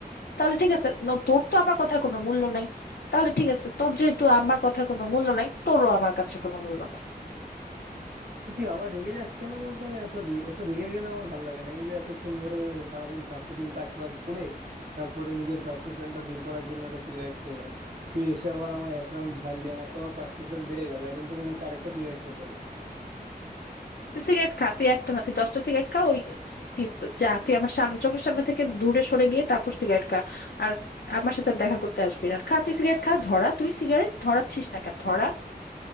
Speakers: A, on the left; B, on the right.
A: তাহলে ঠিক আছে ন- তোর তো আমার কথার কোনো মূল্য নাই তাহলে ঠিক আছে তোর যেহেতু আমার কথার কোনো মূল্য নাই তোরও আমার কাছে কোনো মূল্য নাই
B: তুই আবার রেগে যাস কেন বলতো আমি এত রে- এত রেগে গেলে আমার ভাল লাগে না এই যে এতক্ষণ ধরে সারাদিন ফ্রাস্ট্রেটিং কাজ বাজ করে তারপরে নিজের ফ্রাস্ট্রেশনটা দূর করার জন্য একটা সিগারেট খেলাম তুই এসে আবার আমার এক রাউন্ড ঝাড়লি আমার তো আবার ফ্রাস্ট্রেশন বেড়ে গেল এখন তো মনে হচ্ছে আরেকটা সিগারেট খেতে হবে
A: তুই সিগারেট খা তুই একটা না তুই দশটা সিগারেট খা ওই তুই যা তুই আমার সামনে চোখের সামনে থেকে দূরে সরে গিয়ে তারপর সিগারেট খা আর আমার সাথে আর দেখা করতে আসবি না খা তুই সিগারেট খা ধরা তুই সিগারেট ধরাচ্ছিস না কেন ধরা